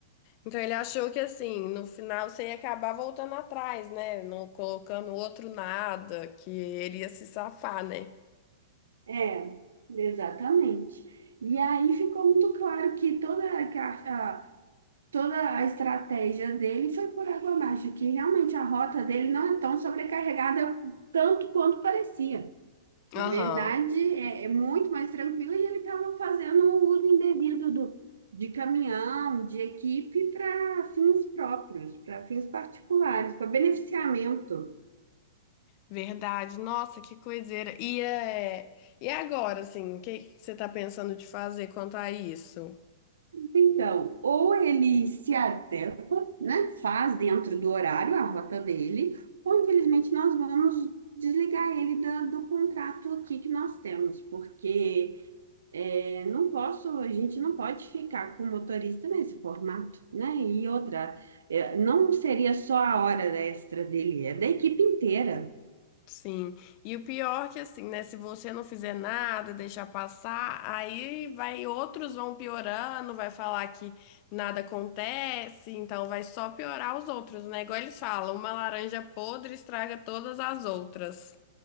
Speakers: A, on the left (about 45°); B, on the right (about 80°).
A: Então ele achou que assim, no final você ia acabar voltando atrás, né? Não colocando outro nada, que ele ia se safar, né?
B: É, exatamente. E aí ficou muito claro que toda a, toda a estratégia dele foi por água abaixo, que realmente a rota dele não é tão sobrecarregada tanto quanto parecia. Na
A: Aham.
B: verdade, é, é muito mais tranquila e ele estava fazendo o uso indevido do, de caminhão, de equipe para fins próprios, para fins particulares, para beneficiamento.
A: Verdade. Nossa, que coiseira. E, é... e agora, assim, o que que você tá pensando de fazer quanto a isso?
B: Então, ou ele se adequa, né, faz dentro do horário a rota dele, ou infelizmente nós vamos desligar ele da- do, contrato aqui que nós temos, porque é, não posso, a gente não pode ficar com o motorista nesse formato, né? E outra, é, não seria só a hora extra dele, é da equipe inteira.
A: Sim. E o pior que assim, né? Se você não fizer nada, deixar passar, aí vai outros vão piorando, vai falar que nada acontece, então vai só piorar os outros, né? Igual eles falam, uma laranja podre estraga todas as outras.